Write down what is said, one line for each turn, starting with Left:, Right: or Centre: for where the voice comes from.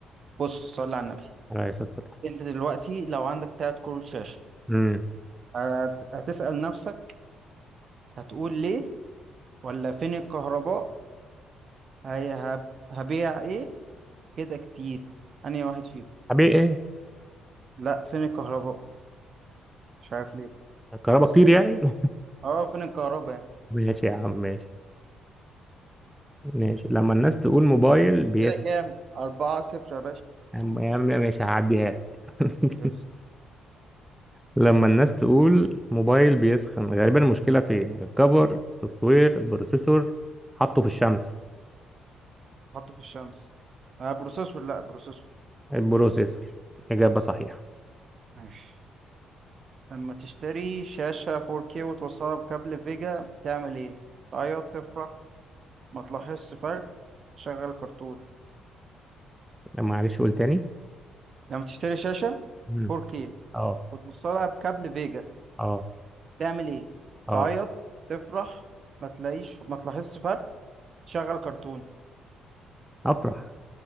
Right: بص صلي على النبي
Centre: على اساس السلام
Right: انت دلوقتي لو عندك تلات كروت شاشة
Centre: امم
Right: هت- هتسأل نفسك هتقول ليه ولا فين الكهرباء هي هب- هبيع ايه كده كتير أنهي واحد فيهم
Centre: حبيبي ايه
Right: لا فين الكهرباء مش عارف ليه
Centre: الكهرباء
Right: بس
Centre: كتير
Right: قشطة.
Centre: يعني
Right: اه فين الكهرباء يعني
Centre: <laughs> ماشي يا عم ماشي ماشي لما الناس تقول موبايل بيسخن
Right: كده كام أربعة صفر يا
Centre: يا عم يا عم ماشي هعديها لك
Right: باشا
Centre: <laughs> لما الناس تقول موبايل بيسخن غالبا المشكلة فين الكفر سوفت وير بروسيسور حطه في الشمس
Right: حطه في الشمس آه بروسيسور لا بروسيسور
Centre: البروسيسور إجابة صحيحة
Right: ماشي لما تشتري شاشة 4K وتوصلها بكابل فيجا تعمل ايه تعيط تفرح ما تلاحظش فرق تشغل كرتون
Centre: معلش قول تاني
Right: لما تشتري شاشة
Centre: مم.
Right: 4K
Centre: اه
Right: وتوصلها بكابل فيجا
Centre: اه
Right: تعمل ايه
Centre: اه
Right: تعيط تفرح ما تلاقيش ما تلاحظش فرق تشغل كرتون
Centre: افرح